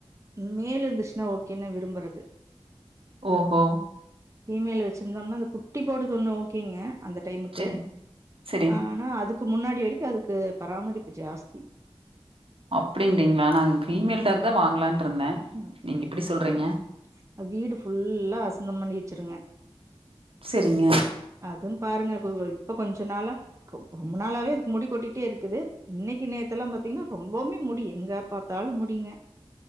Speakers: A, on the right; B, on the right.
A: மேல இருந்துச்சுன்னா ஓகேன்னா விரும்புறது
B: ஓஹோ
A: பீமேல் வச்சிருந்தோம்னா அந்த குட்டி போடுது ஒண்ணோ ஓகே க அந்த டைமுக்கு
B: செரிங் செரிங்
A: ஆனா அதுக் இதுக்கு முன்னாடி வரைக்கும் அதுக்கு பராமரிப்பு ஜாஸ்தி
B: அப்படிங்களா நான் ஃபீமேல்
A: ம்
B: டாக் தான் வாங்கலான்ட்டு இருந்தேன்
A: ம்
B: நீங்க இப்படி
A: அதா
B: சொல்றீங்க
A: அதாங்க அது வீடு ஃபுல்லா அசுந்தம் பண்ணி வச்சிருங்க
B: சேரிங்க
A: அதுவும் பாருங்க இப்ப கொஞ்ச நாள ரொ ரொம்ப நாளாவே அதுக்கு முடி கொட்டிட்டே இருக்குது இன்னைக்கு நேத்து எல்லாம் பாத்தீங்கன்னா ரொம்பவுமே முடி எங்க பார்த்தாலும் முடிங்க